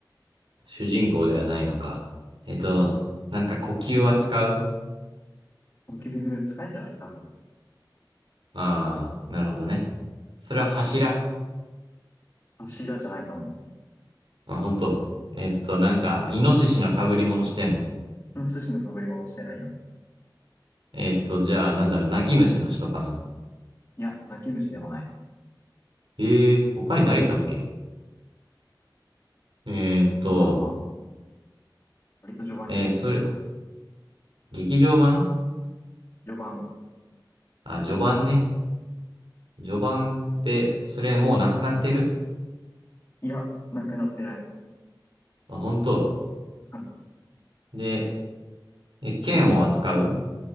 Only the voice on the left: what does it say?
呼吸使えんじゃない多分。
柱じゃないかも。こ
の趣旨の被り物してないよ。
いや、泣き虫でもない。
まあまあ、割と序盤に出てきてるかな。
序盤。
いや、なくなってない。
うん。